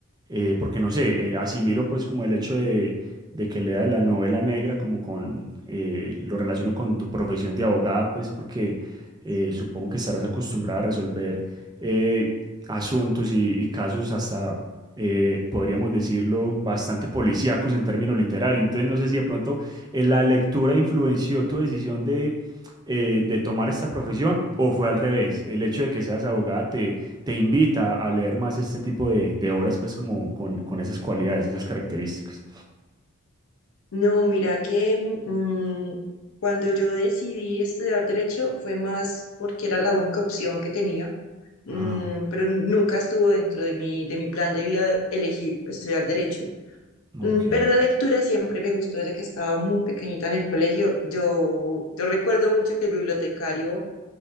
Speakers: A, on the right; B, on the left.
A: eh, porque no sé, eh, asimilo pues como el hecho de, de que leas la novela negra como con, eh, lo relaciono con tu profesión de abogada, pues porque eh, supongo que estarás acostumbrada a resolver eh, asuntos y, y casos hasta... eh, podríamos decirlo bastante policíacos en términos literarios. Entonces, no sé si de pronto eh, ¿la lectura influenció tu decisión de, eh, de tomar esta profesión o fue al revés? El hecho de que seas abogada te, te invita a leer más este tipo de, de obras, pues como con, con esas cualidades, esas características.
B: No, mira que mm, cuando yo decidí estudiar derecho fue más porque era la única opción que tenía, mm,
A: Ah,
B: pero nunca estuvo dentro de mi, de mi plan de vida elegir estudiar derecho.
A: ok.
B: Mm, pero la lectura siempre me gustó desde que estaba muy pequeñita en el colegio. Yo, yo recuerdo mucho que el bibliotecario